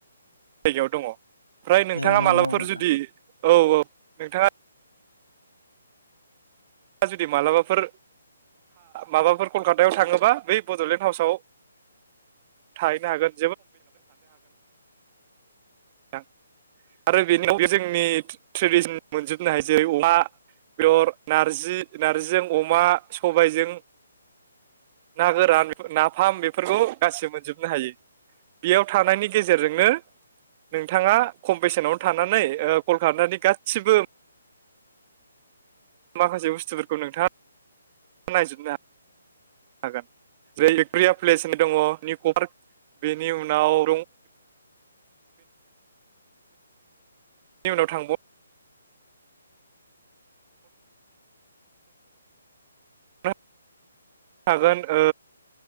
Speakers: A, on the right; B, on the left.
A: जायगायाव दङ'। फ्राय नोंथाङा
B: ए नंगौ
A: मालाबफोर
B: नामा नोंथां
A: जुदि औ औ नोंथाङा ङा जुदि मालाबाफोर माबाफोर कलकातायाव थाङोब्ला बै बड'लेन्ड बासाव थाहैनो हागोन <unintelligible> आरो बेनि बैजोंनि ट्रेडिसन मोनजोबनो हायो। जेरै अमा बेर नारजि नारजिजों अमा सबायजों ना गोरान नाफाम बेफोरखौ गासिबो मोनजोबनो हायो। बेयाव थानायनि गेजेरजोंनो नोंथाङा खम बेसेनावनो थानानै ओ कलकातानि गासिबो, माखासे बुस्थुफोरखौ नोंथाङा नायजोबनो हागोन हागोन। बेलिब्रिया प्लेसन दङ, निर्क बेनि उनाव बे उनाव थांब <unintelligible> हागोन, ओ